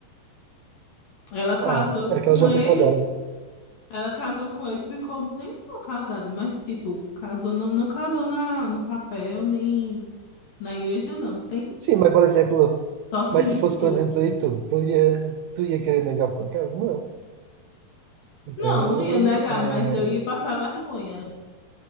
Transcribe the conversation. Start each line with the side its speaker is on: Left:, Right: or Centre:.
Left: Ela casou
Right: Ah, é que
Left: com
Right: ela já
Left: ele
Right: foi casada, né?
Left: Ela casou com ele, ficou um tempão casada, mas, tipo, casou, não, não casou na, no papel, nem na igreja, não. Tem?
Right: Sim, mas por exemplo,
Left: Só se
Right: mas
Left: juntou.
Right: se fosse, por exemplo, aí tu, tu ia, tu ia querer negar por acaso? Não. Então,
Left: Não, não ia negar,
Right: é...
Left: mas eu ia passar vergonha.